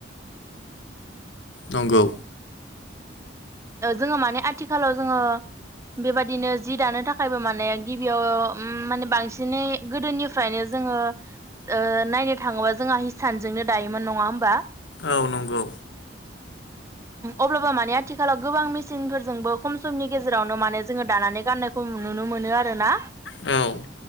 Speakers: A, on the left (about 70°); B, on the right (about 15°).
A: नंगौ
B: जोङो माने आथिखालाव जोङो बेबादिनो जि दानो थाखायबो माने गिबियाव ओम माने बांसिनै गोदोनिफ्रायनो जोङो ओ नायनो थाङोबा जोंहा हिसानजोंनो दायोमोन नङा होमबा।
A: औ नंगौ।
B: अब्लाबो माने आथिखालाव गोबां मेसिनफोरजोंबो खम समनि गेजेरावनो माने जोङो दानानै गाननायखौ नुनो मोनो आरोना।
A: औ